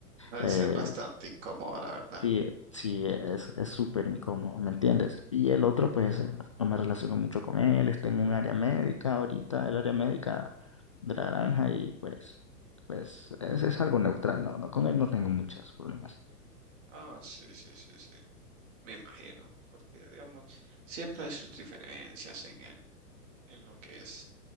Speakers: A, on the right (about 50°); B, on the left (about 25°).
A: Ha
B: eh,
A: de ser bastante incómodo, la verdad.
B: sí, sí, es, es súper incómodo, ¿me entiendes? Y el otro pues eh, no me relaciono mucho con él, está en un área médica ahorita, el área médica de la granja y pues, pues es, es algo neutral, no, no, con él no tengo muchos problemas.
A: Ah, sí, sí, sí, sí. Me imagino, porque digamos, siempre hay sus diferencias en el, en lo que es